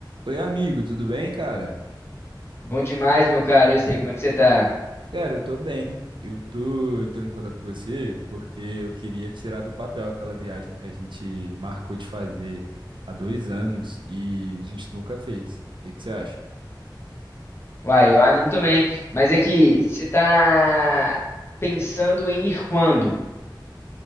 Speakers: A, on the right; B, on the left.
A: Oi, amigo, tudo bem, cara?
B: Bom demais, meu cara. Eu sei, como é que você tá?
A: Cara, eu tô bem. Eu tô entrando em contato com você porque eu queria tirar do papel aquela viagem que a gente marcou de fazer há dois anos e a gente nunca fez. O que que você acha?
B: Uai, eu animo também. Mas é que você tá pensando em ir quando?